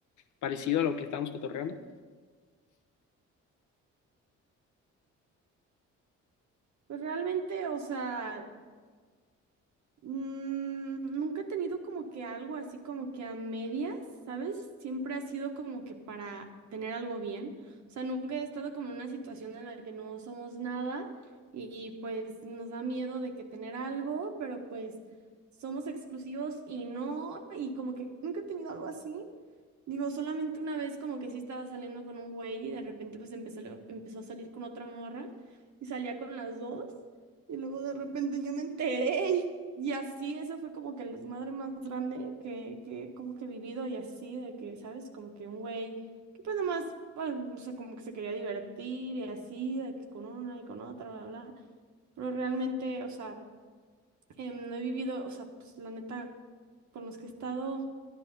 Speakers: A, on the left; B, on the right.
A: parecido a lo que estábamos cotorreando?
B: Pues realmente, o sea, mm, nunca he tenido como que algo así como que a medias, ¿sabes? Siempre ha sido como que para tener algo bien. O sea, nunca he estado como en una situación en la que no somos nada y pues nos da miedo de que tener algo, pero pues somos exclusivos y no, y como que nunca he tenido algo así. Digo, solamente una vez como que sí estaba saliendo con un güey y de repente pues empezó, empezó a salir con otra morra y salía con las dos y luego de repente yo me enteré y, y así, eso fue como que el desmadre más grande que, que como que he vivido y así, de que, ¿sabes? Como que un güey que pues nomás, pues, o sea, como que se quería divertir y así, de que con una y con otra, bla, bla, pero realmente, o sea, em, no he vivido, o sea, pues la neta, con los que he estado